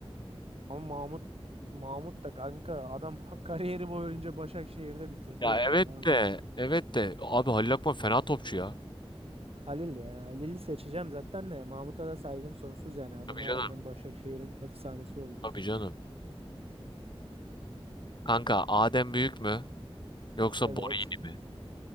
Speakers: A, on the right; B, on the left.
A: Ama Mahmut Mahmut da kanka adam ha- kariyeri boyunca Başakşehir'de bitirdi
B: Ya
A: ya
B: evet
A: fena. mı?
B: de evet de abi Halil Akpınar fena topçu ya.
A: Halil ya. Halil'i seçeceğim zaten de Mahmut'a da saygım sonsuz yani. Adam
B: Tabii
A: harbiden
B: canım.
A: Başakşehir'in efsanesi oldu.
B: Tabii canım. Kanka Adem Büyük mü yoksa
A: Evet.
B: Borini mi?